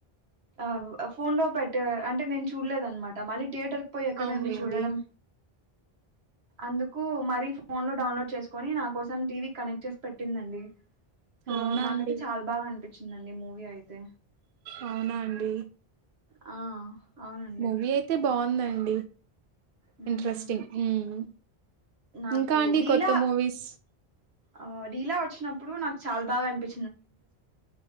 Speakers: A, on the right; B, on the right.
A: ఆవ్ అ ఫోన్ లో పెట్ అంటే నేను చూడలేదనమాట మళ్ళీ థియేటర్ పోయి ఎక్కడండి
B: అవునులేండి
A: చూడడం అందుకు మరి ఫోన్ లో డౌన్లోడ్ చేసు కుని నా కోసం టీవీ కనెక్ట్ చేసి పెట్టిందండి సో
B: అవునా
A: నాకైతే
B: అండి
A: చాలా బాగా అనిపి <unintelligible> మూవి అయితే
B: అవునా అండి
A: ఆ అవునండి
B: మూవీ అయితే బా ఉందండి
A: హ్మ్.
B: ఇంట్రెస్టింగ్ మ్మ్
A: నాకు
B: ఇంకా అండి
A: లీలా
B: కొత్త మూవీస్
A: ఆ లీలా వచ్చినప్పుడు నాకు చాలా బాగా అనిపి